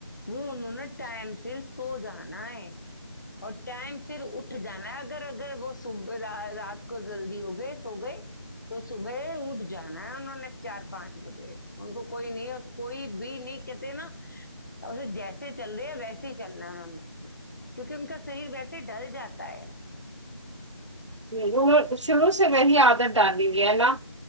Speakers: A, on the left; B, on the right.
A: وہ انہوں نے ٹائم سے سو جانا ہے اور ٹائم پھر اٹھ جانا ہے اگر اگر وہ صبح رات کو جلدی ہو گئے سو گئے تو صبح اٹھ جانا ہے انہوں نے چار پانچ بجے ان کو کوئی نہیں کوئی بھی نہیں کہتے نا اسے جیسے چل رہے ہیں ویسے ہی چل رہناا ہے انہوں نے کیونکہ ان کا شریر ویسے ڈل جاتا ہے
B: م وہ شروع سے وہی عادت ڈ دیں گی اللہ